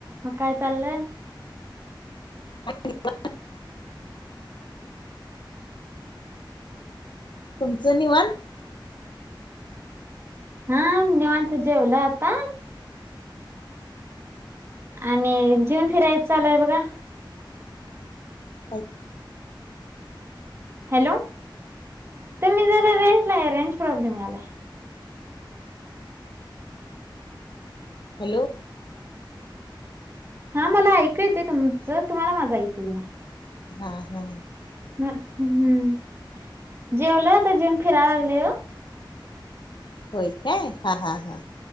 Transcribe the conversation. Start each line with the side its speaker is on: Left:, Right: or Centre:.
Right: मग काय चाललय?
Left: <unintelligible> तुमचं निवांत?
Right: हा निवांत, जेवलो आता. आणि जेऊन फिरायच चालु हाय बघा.
Left: काय
Right: हॅलो, तुम्ही जरा रेंजला या रेंज प्रॉब्लेम यालाय.
Left: हॅलो
Right: हा मला ऐकू येतय तुमचं, तुम्हाला माझं ऐकू येईना.
Left: हा हा
Right: ह हम्म जेवलोय आता, जेऊन फिराय लागलय ओ.
Left: व्हय काय, हा हा हा